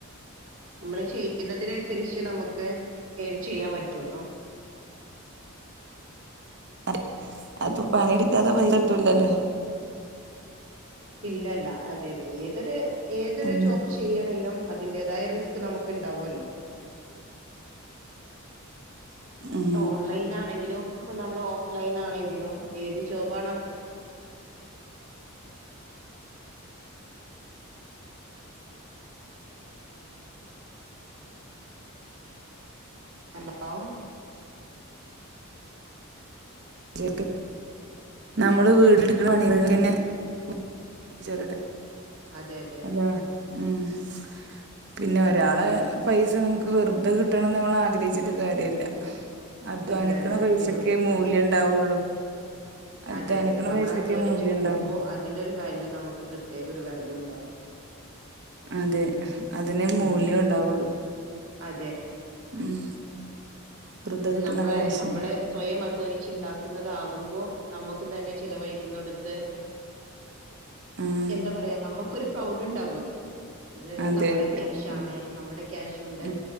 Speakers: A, on the right (about 70°); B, on the right (about 55°).
A: നമ്മെൾ ചെയ്യ്ന്നതിന്‌ അന്സെരിച്ച് നമുക്ക് ഏൺ ചെയ്യാൻ പറ്റൊള്ളു
B: അതെ അയ് ഇപ്പം പണി ഇട്ക്കാതെ പൈസ കിട്ടൂലല്ലോ
A: ഇല്ല ഇല്ല അ തെ അതെ ഏ തൊര് ഏതൊര്
B: ഉം
A: ജോബ് ചെയ്യാണെങ്കിലും അതിന്റെതായ റിസ്ക് നമുക്ക് ഇണ്ടാകോല്ലോ
B: ഉം
A: ട്ടോ ഓൺലൈൻ ആണെങ്കിലും ഇപ്പോ നമ്മെൾ ഓ ഓഫ് ലൈൻ ആണെങ്കിലും ഏത് ജോബാ ഹലോ
B: ച്ചെക്ക് നമ്മെൾ വീട്ട് ഇട്ക്ക്ണ പണികെൾക്കെന്നെ <unintelligible>
A: അതെ അതെ
B: അതാ <unintelligible> പിന്നെ ഒരാള് പൈസ നമുക്ക് വെറുതെ കിട്ടണം എന്ന് നമ്മള് ആഗ്രഹിച്ചിട്ട് കാര്യല്ല അധ്വാനിക്കണ
A: ഇല്ലല്ല ഒരിക്കലും
B: പൈസക്കേ
A: ഇല്ല
B: മൂല്യം
A: അതെ
B: ഉണ്ടാവുള്ളു അധ്വാനിക്കണ
A: അതെ അതെ നമ്മള്
B: പൈസക്കേ
A: അധ്വാനിച്ചെടുക്കുമ്പോ
B: മൂല്യം ഉണ്ടാവുള്ളു
A: അതിനൊരു വാല്യൂ നമുക്ക് പ്രത്യേക ഒരു വാല്യൂ ഉണ്ടാകും
B: അതെ അതിനെ മൂല്യം
A: ഉം
B: ഉണ്ടാവുള്ളൂ
A: അതെ
B: ഉം വെറുതെ
A: അത്
B: കിട്ടണ
A: നമ്മളെ
B: കാശ്
A: നമ്മളെ സ്വയം അധ്വാനിച്ചു ഉണ്ടാക്കുന്നതാകുമ്പോ- നമ്മുക്ക് തന്നെ ചിലവഴിക്കുന്നടുത്ത്-
B: ആഹ്
A: എന്താ പറയാ നമ്മു- ഒരു പ്രൗഡ് ഉണ്ടാവുമല്ലോ ഇത്
B: അതെ
A: നമ്മുടെ
B: അതെ
A: ക്യാഷ്
B: ഉം
A: ആണ് നമ്മുടെ ക്യാഷ് കൊണ്ട്
B: ഉം